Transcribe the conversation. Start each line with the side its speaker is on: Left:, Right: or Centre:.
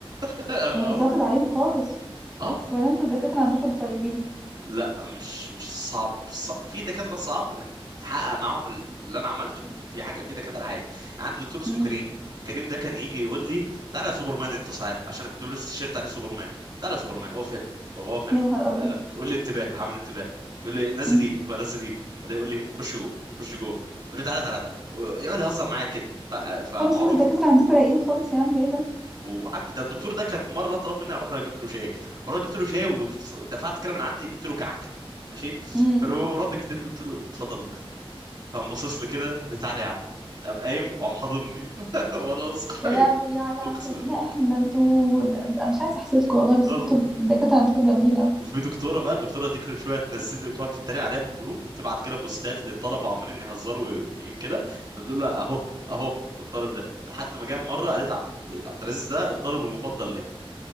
Right: <laughs>
Centre: ده انت واخد عليهم خالص
Right: اه
Centre: ولا انتوا الدكاتره عندكم اللي طيبين
Right: لا مش مش صعب ص- في دكاترة صعب انك تحقق معاهم اللي انا عملته في حاجة في دكاترة عادي يعني عندي دكتور اسمه
Centre: مم.
Right: كريم كريم ده كان يجي يقول لي تعالى يا سوبرمان انت تعالى عشان أنا كنت بلبس تيشيرت عليه سوبرمان تعالى يا سوبرمان اقف هنا بابا اقف هنا
Centre: يا نهار ابيض
Right: آه، قول لي انتباه اعمل انتباه يقول لي نزل
Centre: مم.
Right: ايدك فانزل ايدي بعدين يقول لي خش جوه خش جوه يقول لي تعالى تعالى تعالى يقعد يهزر معايا كده ف- فمعروف
Centre: طب بس انتوا الدكاتره عندكم رايقين خالص يا عم ايه ده
Right: وعن... ده الدكتور ده كان في مره طلب مني اروح اجيب له شاي مرات جبت له شاي ودفعت كده من عندي جبت له كعكه ماشي
Centre: امم
Right: فلما مرات اديت له قلت له اتفضل يا دكتور فقام باصص لي كده قال لي تعالى يا عم قام قايم وقام حاضني <laughs> وانا بص حبيبي
Centre: يا لهوي يا على العسل
Right: اقسم
Centre: لا احنا ده انتوا ده مش عايزه احسدكم والله بس
Right: والله
Centre: انتوا الدكاتره عندكم جامدين قوي
Right: وفي دكتوره بقى الدكتوره دي كل شويه تنزل لي وتقعد تتريق عليها في الجروب تبعت كده بوستات للطلبه عمالين يهزروا كده فتقول لها اهو اهو الطالب ده لحد ما جه مره قالت عبد عبد العزيز ده الطالب المفضل ليه